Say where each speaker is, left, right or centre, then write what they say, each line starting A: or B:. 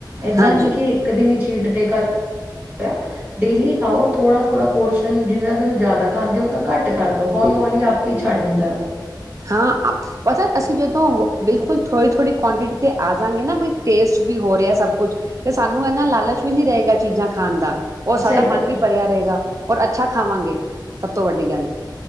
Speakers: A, on the right (about 20°); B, on the right (about 40°).
A: ਏਦਾਂ
B: ਹਾਂਜੀ
A: ਨੀ ਕਿ ਇੱਕ ਦਿਨ ਹੀ ਚੀਟ ਡੇ ਕਰ ਆ ਡੇਲੀ ਖਾਓ। ਥੋੜਾ-ਥੋੜਾ ਪੋਰਸ਼ਨ ਜਿਨਾ ਤੁਸੀਂ ਜ਼ਿਆਦਾ ਖਾਂਦੇ ਹੋ ਉਹ ਤਾਂ ਘਟ ਕਰ ਦਿਉ ਹੌਲੀ-ਹੌਲੀ ਆਪੇ ਹੀ ਛੱਡ ਹੁੰਦਾ ਉਹ।
B: ਹਾਂ ਪਤਾ ਅਸੀਂ ਜਦੋਂ ਬਿਲਕੁਲ ਥੋੜ੍ਹੀ-ਥੋੜ੍ਹੀ ਕੁਆਂਟਿਟੀ ਆ ਜਾਂਗੇ ਨਾ ਬ ਟੇਸਟ ਵੀ ਹੋ ਰਿਹਾ ਸਭ ਕੁਛ ਤੇ ਸਾਨੂੰ ਇਨਾ ਲਾਲਚ ਵੀ ਨਹੀਂ ਰਹੇਗਾ ਚੀਜ਼ਾਂ ਖਾਣ ਦਾ। ਉਹ
A: ਸਹੀ
B: ਸਾਡਾ
A: ਗੱਲ
B: ਮਨ ਵੀ
A: ਹੈ
B: ਭਰਿਆ ਰਹੇਗਾ। ਔਰ ਅੱਛਾ ਖਾਵਾਂਗੇ ਸਭ ਤੋਂ ਵੱਡੀ ਗੱਲ ਹੈ।